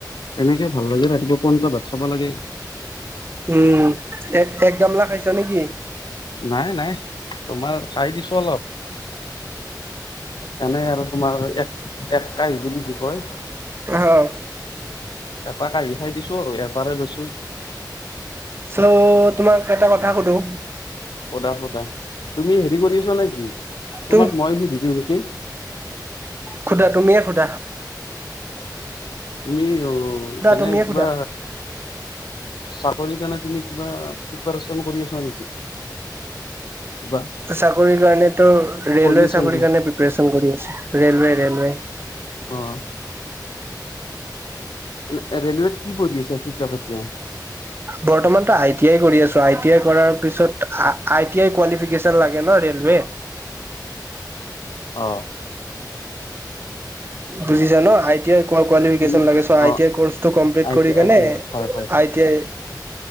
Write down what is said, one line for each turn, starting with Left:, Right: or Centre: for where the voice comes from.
Left: এনেকে ভাল লাগে ৰাতিপুৱা <unintelligible> ভাত খাব লাগে
Right: উম এক এক গামলা খাইছ নেকি
Left: নাই, নাই, তোমাৰ খাই দিছো অলপ এনেই আৰু তোমাৰ এক, এক কাই বুলি যি কয়
Right: আহ
Left: এপাক আহি খাই দিছো আৰু ইয়াৰ <unintelligible> লৈছিল
Right: চ' তোমাক এটা কথা সুধো।
Left: সদা, সদা, তুমি হেৰি কৰি আছো নেকি
Right: তুম
Left: তোমাক মই সুধিছো কি?
Right: সুধা তুমিয়ে সুধা।
Left: তুমি অ এনে
Right: তুমিয়ে
Left: কিবা
Right: সোধা
Left: চাকৰি কাৰণ তুমি কিবা প্ৰিপাৰেচন কৰি আছা নেকি? কিবা
Right: চাকৰিৰ কাৰণেতো, ৰেলৱে
Left: কৰি আছা
Right: চাকৰি
Left: নেকি?
Right: কাৰণে প্ৰিপৰেচন কৰি আছো, ৰেলৱে, ৰেলৱে।
Left: অ' <inaudible> ৰেলৱেত কি পঢ়ি আছা কি <inaudible>
Right: বৰ্তমানতো আই টি আই কৰি আছো, আই টি আই কৰাৰ পিছত, আই টি আই কোৱালিফিকেচন লাগে ন ৰেলৱে
Left: আহ
Right: বুজিছা ন? আই টি আই কোৱালিফিকেচন
Left: তুমি
Right: লাগে চ' আই
Left: অ'
Right: টি আই কোৰ্চটো কমপ্লিট
Left: আই
Right: কৰি
Left: টি
Right: কেনে
Left: আই টি আই হয় হয়
Right: আই টি আই